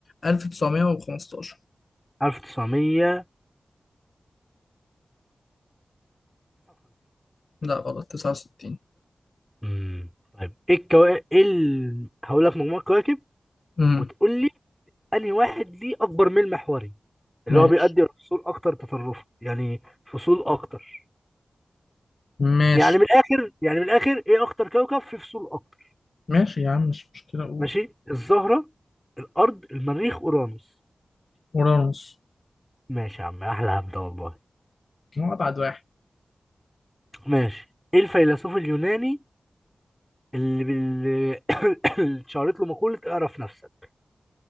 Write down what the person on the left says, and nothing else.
1915
لا غلط 69
امم
ماشي
ماشي
ماشي يا عم مش مشكلة أقول
أورانوس
هو أبعد واحد